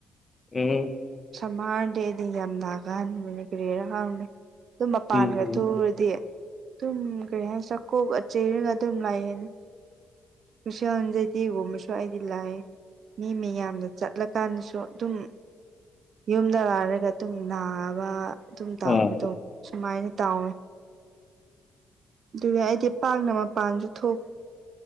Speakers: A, on the left (about 30°); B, on the right (about 55°).
A: ꯎꯝ
B: ꯁꯝꯃꯥꯔꯗꯤ ꯑꯩꯗꯤ ꯌꯥꯝ ꯅꯒꯟꯕꯅꯤ ꯀꯔꯤꯔ ꯈꯪꯗꯦ ꯑꯗꯨꯝ ꯃꯄꯥꯟꯒ
A: ꯎꯝ ꯎꯝ
B: ꯊꯨꯎꯔꯗꯤ ꯑꯗꯨꯝ ꯀꯩ ꯍꯥꯏꯁꯤꯔ ꯀꯣꯛꯑ ꯆꯩꯔꯒ ꯑꯗꯨꯝ ꯂꯩꯌꯦꯅꯦ ꯀꯨꯁꯣꯟꯖꯩꯗꯦꯒꯨꯝꯕꯁꯨ ꯑꯩꯗꯤ ꯂꯥꯏ ꯃꯤ ꯃꯌꯥꯝꯅ ꯆꯠꯂꯀꯥꯟꯗꯁꯨ ꯑꯗꯨꯝ ꯌꯨꯝꯗ ꯂꯥꯏꯔꯒ ꯑꯗꯨꯝ ꯅꯥꯕ ꯑꯗꯨꯝ ꯇꯥꯎꯕꯗꯣ
A: ꯑꯣ
B: ꯁꯨꯃꯥꯏꯅ ꯇꯥꯎꯋꯦ ꯑꯗꯨꯒ ꯑꯩꯗꯤ ꯄꯥꯛꯅ ꯃꯄꯥꯟꯁꯨ ꯊꯣꯛ